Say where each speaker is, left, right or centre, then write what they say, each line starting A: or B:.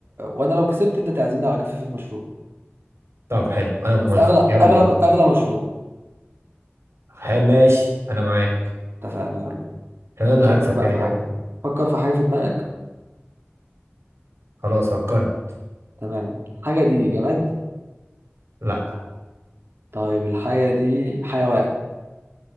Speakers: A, on the right; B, on the right.
A: وانا لو كسبت انت تعزمني على كافيه في المشروب
B: طب حلو انا موافق
A: بس اغلى
B: يلا
A: اغلى
B: بينا
A: اغلى مشروب
B: ح- ماشي انا معاك
A: اتفقنا يلا
B: عشان انا اللي
A: فكر
B: هكسب
A: بقى
B: كده
A: في حاجة
B: كده
A: فكر في حاجة في دماغك
B: خلاص فكرت
A: تمام الحاجة دي جماد
B: لا
A: طيب الحاجة دي حيوان